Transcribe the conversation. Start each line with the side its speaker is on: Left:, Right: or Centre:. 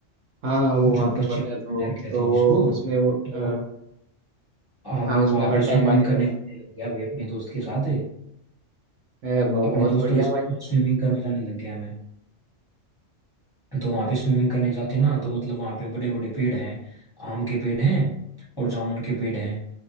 Right: हाँ हाँ वो
Left: जो
Right: आपने
Left: पश्चिम
Right: बताया था वो
Left: लहर कहते
Right: वो
Left: हैं जिसको
Right: उसमें वो,
Left: तो
Right: अ,
Left: हमें
Right: हाँ उसमें
Left: वहां
Right: हर
Left: पे
Right: टाइम
Left: स्विमिंग
Right: पानी रहता
Left: करने जाने
Right: था
Left: लग गया भाई अपने दोस्त के साथ
Right: ए, ब-
Left: अपने
Right: बहुत
Left: दोस्तों
Right: बढ़िया
Left: के साथ
Right: भाई
Left: स्विमिंग करने जाने लग गया मैं तो वहां पे स्विमिंग करने जाते ना तो मतलब वहां पे बड़े बड़े पेड़ हैं आम के पेड़ हैं और जामुन के पेड़ हैं